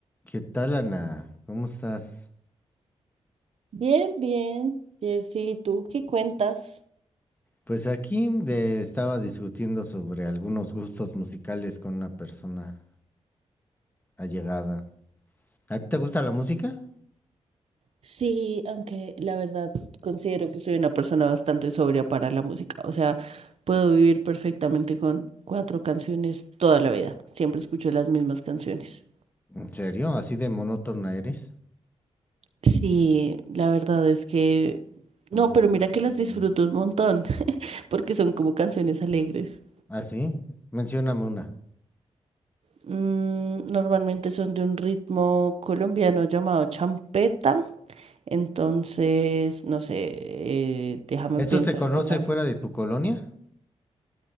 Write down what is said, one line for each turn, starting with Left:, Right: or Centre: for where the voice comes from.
Left: ¿Qué tal, Ana? ¿Cómo estás?
Right: Bien, bien, Jersey, ¿y tú qué cuentas?
Left: Pues aquí de- estaba discutiendo sobre algunos gustos musicales con una persona allegada. ¿A ti te gusta la música?
Right: Sí, aunque la verdad considero que soy una persona bastante sobria para la música. O sea, puedo vivir perfectamente con cuatro canciones toda la vida. Siempre escucho las mismas canciones.
Left: ¿En serio? ¿Así de monótona eres?
Right: Sí, la verdad es que...
Left: ¿Cómo
Right: No, pero mira
Left: crees?
Right: que las disfruto un montón, <laughs> porque son como canciones alegres.
Left: ¿Ah, sí? Mencióname una.
Right: Mm, normalmente son de un ritmo colombiano llamado champeta. Entonces, no sé, eh, déjame
Left: ¿Eso
Right: pienso
Left: se conoce
Right: alguna,
Left: fuera de tu colonia?